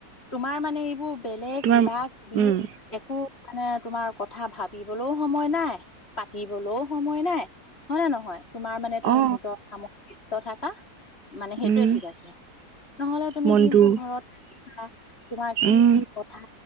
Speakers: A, on the left (about 40°); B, on the right (about 85°).
A: তোমাৰ মানে এইবোৰ বেলেগ
B: তোমাৰ
A: কিবা কিবি
B: উম
A: একো মানে তোমাৰ কথা ভাবিবলৈও সময় নাই পাতিবলৈও সময় নাই। হয় নে নহয় তোমাৰ মানে তুমি
B: অ
A: নিজৰ কাম ব্যস্ত থাকা। মানে সেইটোৱে
B: উম
A: ঠিক আছে। নহলে তুমি
B: মনটো
A: দিনটো ঘৰত থাকিবা তোমাৰ কি
B: উম
A: কি কথা